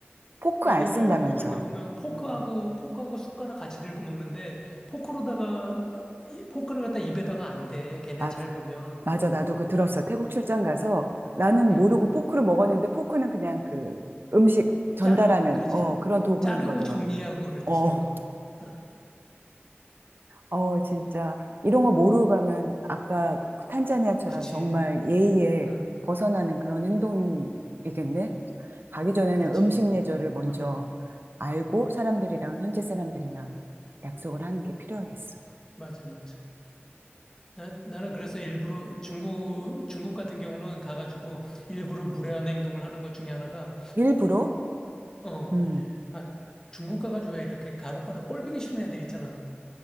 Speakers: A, on the right (about 55°); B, on the left (about 15°).
A: 포크
B: 애들
A: 안 쓴다면서.
B: 왜 밥 먹을 때 보면 포크하고
A: 음.
B: 포크하고 숟가락 같이 들고 먹는데 포크로다가 이- 포크를 갖다 입에다가 안 돼. 걔네
A: 맞,
B: 잘 보면.
A: 맞아, 나도 그거 들었어. 태국 출장 가서 나는
B: 응,
A: 모르고
B: 응.
A: 포크를 먹었는데 포크는 그냥 그 음식 전달하는,
B: 자르 그렇지.
A: 어, 그런 도구인
B: 자르고
A: 거더라고.
B: 정리하고 그럴 때
A: 어.
B: 쓰는 거. 어.
A: 어, 진짜. 이런 거 모르고 가면 아까 그 탄자니아처럼
B: 그치.
A: 정말 예의에
B: 응.
A: 벗어나는 그런 행동이겠네? 가기 전에는
B: 그렇지.
A: 음식 예절을 먼저
B: 응.
A: 알고 사람들이랑, 현지 사람들이랑 약속을 하는 게 필요하겠어.
B: 맞아, 맞아. 나- 나는 그래서 일부러 중국, 중국 같은 경우는 가가지고 일부러 무례한 행동을 하는 것 중에 하나가,
A: 일부러?
B: 어,
A: 음,
B: 아, 중국 가가지고 왜 이렇게 간혹 가다 꼴보기 싫은 애들 있잖아.